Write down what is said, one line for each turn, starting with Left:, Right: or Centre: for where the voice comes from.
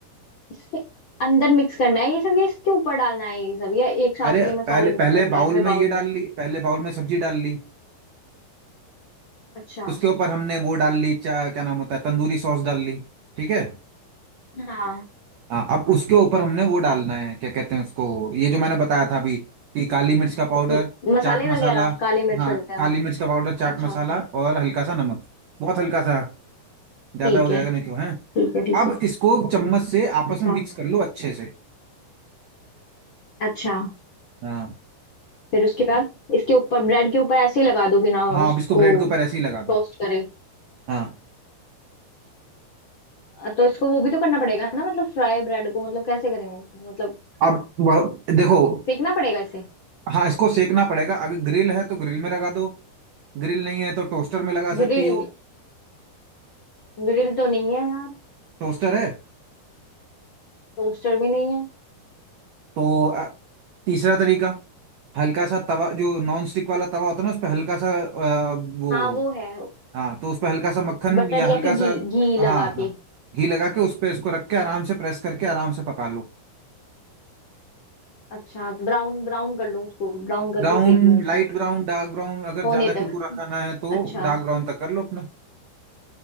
Left: इसके अंदर मिक्स करना है ये सब या इसके ऊपर डालना है ये सब या एक साथ
Right: अरे
Left: ये मसाले
Right: पहले
Left: मिक्स
Right: पहले
Left: करने
Right: बाउल
Left: हैं इसमें
Right: में
Left: बाउल
Right: ये डाल
Left: में
Right: ली पहले बाउल में सब्जी डाल ली
Left: अच्छा
Right: उसके ऊपर हमने वो डाल ली चा, क्या नाम होता है तंदूरी सॉस डाल ली ठीक है
Left: हाँ
Right: हाँ अब उसके ऊपर हमने वो डालना है क्या कहते हैं उसको ये जो मैंने बताया था अभी कि काली मिर्च का पाउडर
Left: म- मसाले
Right: चाट मसाला
Left: वगैरह काली मिर्च
Right: हाँ
Left: वगैरह
Right: काली मिर्च का पाउडर चाट
Left: अच्छा
Right: मसाला
Left: अच्छा
Right: और हल्का सा नमक बहुत हल्का सा ज्यादा
Left: ठीक
Right: हो जाएगा
Left: है
Right: नहीं तो है
Left: ठीक है ठीक
Right: अब
Left: है
Right: इसको चम्मच से आपस
Left: अच्छा
Right: में मिक्स कर लो अच्छे से
Left: अच्छा
Right: हाँ
Left: फिर उसके बाद इसके ऊपर ब्रेड के ऊपर ऐसे ही लगा दो बिना
Right: हाँ
Left: उसको
Right: अब इसको ब्रेड के ऊपर ऐसे ही लगा दो
Left: टोस्ट करे
Right: हाँ
Left: अ, तो इसको वो भी तो करना पड़ेगा ना मतलब फ्राई ब्रेड को मतलब कैसे करेंगे मतलब
Right: अब वह देखो
Left: सेकना पड़ेगा इसे
Right: हाँ इसको सेकना पड़ेगा अगर ग्रिल है तो ग्रिल में लगा दो ग्रिल नहीं है तो टोस्टर में लगा
Left: ग्रिल
Right: सकती हो
Left: ग्रिल तो नहीं है यार
Right: टोस्टर है
Left: टोस्टर भी नहीं है
Right: तो अ, तीसरा तरीका हल्का सा तवा जो नॉन स्टिक वाला तवा होता है ना उस पर हल्का सा अ, वो
Left: हाँ वो है
Right: हाँ तो उस पर हल्का सा मक्खन
Left: बटर
Right: या
Left: या
Right: हल्का
Left: फिर घी
Right: सा
Left: घी लगा
Right: हाँ हाँ
Left: के
Right: घी लगा के उस पे इसको रख के आराम से प्रेस करके आराम से पका लो
Left: अच्छा ब्राउन ब्राउन कर लूं उसको ब्राउन करके
Right: Brown
Left: सेक लूं उसको
Right: light brown dark brown अगर
Left: होने
Right: ज्यादा
Left: तक
Right: कुरकुरा खाना है तो
Left: अच्छा
Right: डार्क ब्राउन तक कर लो अपना